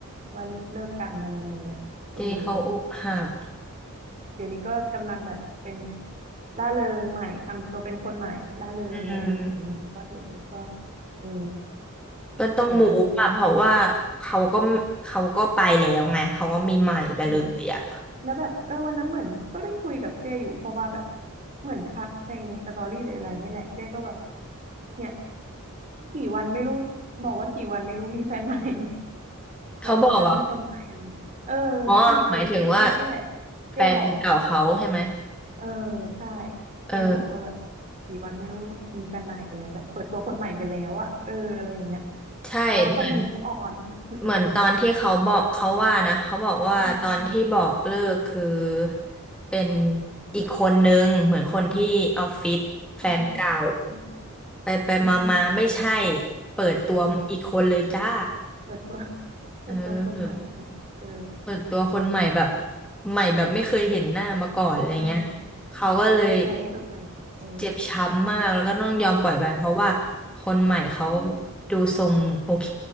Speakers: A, on the right (about 35°); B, in the centre.
A: ว่าเลิกกันอะไรอย่างเงี้ยเออ
B: เจ๊เขาอกหัก
A: เดี๋ยวนี้ก็กำลังแบบเป็นร่าเริงใหม่ทำตัวเป็นคนใหม่ร่าเริงอะไรอย่างนี้ก็เห็นก็
B: อืม
A: เออ
B: ก็ต้องมูฟอะเพราะว่าเขาก็เขาก็ไปแล้วไงเขาก็มีใหม่ไปเลยอะ
A: เห็นร่าเริงเออ แล้วแบบเออวันนั้นเหมือนก็ได้คุยกับเจอยู่เพราะว่าแบบเหมือนทักในสตอรี่หรืออะไรนี่แหละเจก็แบบเนี่ยกี่วันไม่รู้บอกว่ากี่วันไม่รู้มีแฟนใหม่ <laughs>
B: เขาบอกเหรอ
A: แบบคนนั้นมีแฟนใหม่อะไรอย่างเงี้ยเออ
B: อ๋อหมายถึงว่า
A: กี่วันหรือกี่อาทิตย์นี่แหละเจบอก
B: แฟนเก่าเขาใช่ไหม
A: เออใช่
B: เออ
A: เจบอกว่าแบบกี่วันไม่รู้มีแฟนใหม่ไปแล้วแบบเปิดตัวคนใหม่ไปแล้วอะเอออะไรอย่างเงี้ย
B: ใช่เหมือน
A: เราก็ต้อง move on เออ
B: เหมือนตอนที่เขาบอกเขาว่านะเขาบอกว่าตอนที่บอกเลิกคือ
A: อืม
B: เป็นอีกคนนึงเหมือนคนที่ออฟฟิศแฟนเก่า
A: อ่าอืม
B: ไปไปมามาไม่ใช่
A: อืมอืม
B: เปิดตัวอีกคนเลยจ้า
A: อ่าเปิดตัวเปิดตัวคนใหม่
B: เออ
A: เออ
B: เปิดตัวคนใหม่แบบใหม่แบบไม่เคยเห็นหน้ามาก่อนอะไรเงี้ย
A: อ่า
B: เขาก็เลย
A: ไรเอ่ยเออ
B: เจ็บช้ำมากแล้วก็ต้องยอมปล่อยไปเพราะว่า
A: ฟินิกเอ่ย
B: คนใหม่เขา
A: ใช่
B: ดูทรงโอเค